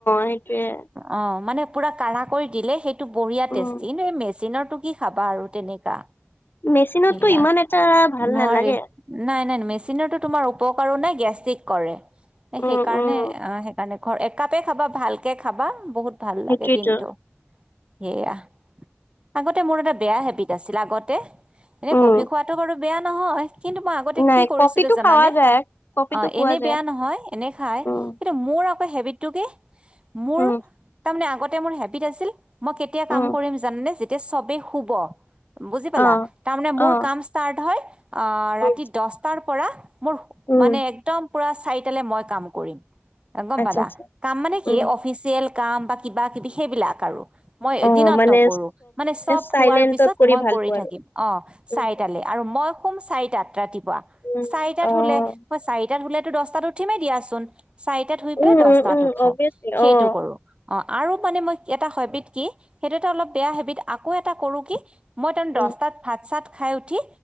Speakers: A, on the left; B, on the right.
A: সেইটোয়ে
B: অ মানে পুৰা কাঢ়া কৰি দিলে সেইটো বঢ়িয়া
A: উম,
B: টেষ্টি এই মেচিনৰটো কি খাবা আৰু তেনেকা।
A: মেচিনতটো
B: সেয়া
A: ইমান এটা ভাল
B: নোৱাৰি
A: নালাগে।
B: নাই নাই মেচিনতো তোমাৰ উপকাৰ নাই গেষ্টিক কৰে
A: উম,
B: সেইকাৰণে
A: উম,
B: সেইকাৰণে ধৰ একাপে খাবা ভালকে খাবা বহুত ভাল
A: সেইটোৱেইটো
B: লাগে দিনটো। সেয়া আগতে মোৰ এটা বেয়া হেবিট আছিল আগতে এনে
A: উম,
B: কফি খোৱাটো বাৰু বেয়া নহয় কিন্তু মই আগতে
A: নাই
B: কি কৰিছিলো
A: কফিটো
B: জানানে
A: খাৱা যায়, কফিটো
B: অ
A: খোৱা
B: এনে
A: যায়।
B: বেয়া নহয় এনে খাই
A: উম,
B: কিন্তু মোৰ হেবিটো কি মোৰ
A: উম,
B: তাৰ মানে আগতে মোৰ হেবিট আছিল মই কেতিয়া
A: উম,
B: কাম কৰিম জানানে যেতিয়া চবেই শুব বুজি পালা
A: অ',
B: তাৰমানে মোৰ
A: অ',
B: কাম ষ্টাৰ্ট হয় আহ ৰাতি
A: উম,
B: দছটাৰ পৰা মোৰ
A: উম,
B: মানে একদম পুৰা চাৰিটা লে মই কাম কৰিম গম
A: আচ্ছা,
B: পালা
A: আচ্ছা,
B: কাম মানে কি
A: উম।
B: অফিচিয়েল কাম বা কিবা কিবি সেইবিলাক আৰু মই
A: অ',
B: দিনত
A: মানে
B: নকৰো মানে চব
A: চাইলেন্টত
B: শোৱাৰ পিছত মই
A: ভাল
B: কৰি
A: পোৱা
B: থাকিম
A: আৰু।
B: অ
A: উম,
B: চাৰিটালে আৰু মই শুম চাৰিটাত ৰাতিপুৱা
A: উম,
B: চাৰিটাত
A: অ',
B: শুলে মই চাৰিটাত শুলে দছটাত উঠিমে দিয়া চোন চাৰিটাত শুই পেলাই
A: উম,
B: দছটাত
A: উম,
B: উঠো
A: অভিয়াচলি
B: সেইটো
A: অ'।
B: কৰো অ আৰু মানে মই এটা হেবিট কি সেইটো এটা অলপ বেয়া হেবিট আকৌ এটা কৰো কি মই তামানে দছটাত
A: উম,
B: ভাত চাত খাই উঠি